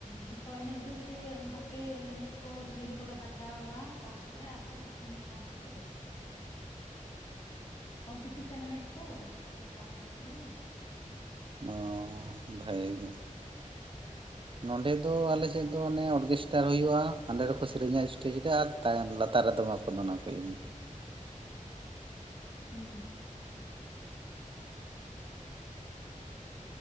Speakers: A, on the left; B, on the right.
A: ᱡᱷᱚᱛᱚ ᱮᱱᱮᱡ ᱵᱚᱞᱛᱮᱹᱦᱟᱯᱮ ᱮᱱᱮᱡ ᱠᱚ ᱥᱮᱹᱨᱮᱹᱧ ᱠᱚᱞᱮ ᱵᱟᱪᱷᱟᱣ ᱾ ᱛᱟᱨᱯᱚᱨᱮ ᱟᱫᱚ ᱡᱷᱚᱛᱚ ᱢᱤᱫ ᱥᱟᱶ ᱛᱮᱠᱚ ᱮᱱᱮᱡ ᱮᱱᱟ ᱾ ᱠᱚᱢᱯᱤᱴᱤᱥᱮᱱ ᱮᱱᱮᱡ ᱛᱚ ᱵᱟᱪᱷᱟᱣ ᱠᱚ ᱛᱮᱞᱮ ᱟᱫᱚ
B: ᱚ ᱵᱷᱟᱜᱮ ᱜᱮ᱾ ᱱᱚᱸᱰᱮ ᱫᱚ ᱟᱞᱮᱥᱮᱫ ᱫᱚ ᱚᱱᱮ ᱚᱨᱠᱮᱥᱴᱟᱨ ᱦᱩᱭᱩᱜᱼᱟ ᱦᱟᱸᱰᱮ ᱫᱚᱠᱚ ᱥᱮᱨᱮᱧᱟ ᱥᱴᱮᱡ ᱨᱮ ᱟᱨ ᱛᱟᱭᱚᱢ ᱞᱟᱛᱟᱨ ᱨᱮ ᱫᱚᱢᱟ ᱠᱚ ᱫᱚᱱᱟᱠᱚ ᱮᱢᱱᱤ
A: ᱦᱩ